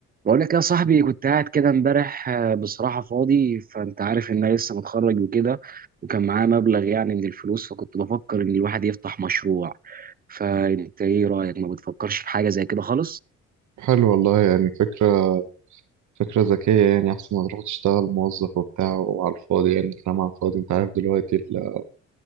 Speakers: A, on the right (about 30°); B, on the right (about 70°).
A: بقول لك يا صاحبي كنت قاعد كده امبارح آه، بصراحة فاضي فانت عارف ان انا لسه متخرج وكده وكان معايا مبلغ يعني من الفلوس فكنت بفكر ان الواحد يفتح مشروع فانت ايه رأيك ما بتفكرش في حاجة زي كده خالص
B: حلو والله يعني فكرة فكرة ذكية يعني أحسن ما تروح تشتغل موظف وبتاع وعلى الفاضي يعني كلام على الفاضي أنت عارف دلوقتي ال-